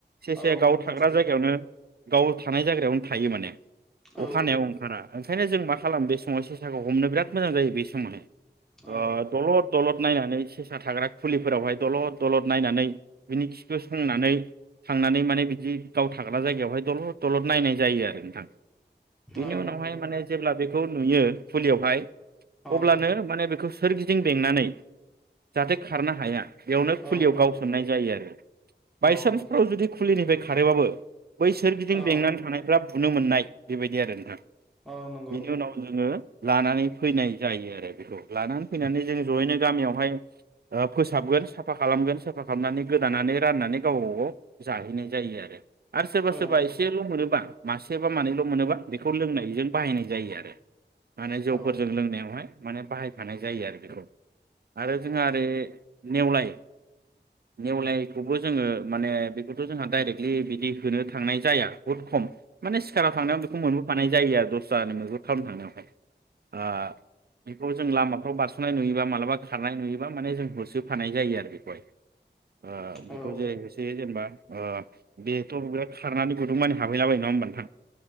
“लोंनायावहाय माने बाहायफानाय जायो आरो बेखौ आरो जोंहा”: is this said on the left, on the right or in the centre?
Right